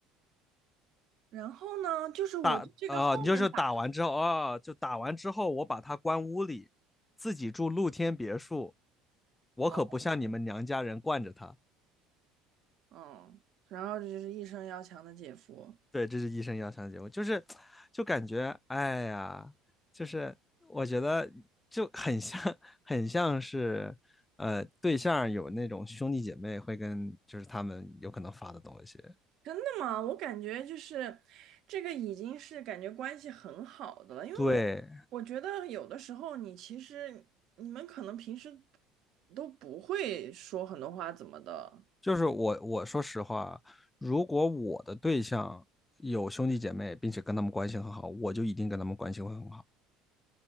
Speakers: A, on the right (about 60°); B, on the left (about 15°).
A: 然后呢？就是我这个后面打。
B: 打啊、呃你就是打完之后啊，就打完之后，我把他关屋里，自己住露天别墅，我可不像你们娘家人惯着他。
A: 哦，嗯，然后就是一生要强的姐夫。
B: 对，这是医生要上的节目，就是就感觉哎呀，就是我觉得就很像很像是呃对象有那种兄弟姐妹会跟就是他们有可能发的东西。
A: 真的吗？我感觉就是这个已经是感觉关系很好的了，因为我我觉得有的时候你其实你们可能平时
B: 对，
A: 都不会说很多话怎么的，
B: 就是我我说实话，如果我的对象有兄弟姐妹，并且跟他们关系很好，我就一定跟他们关系会很好。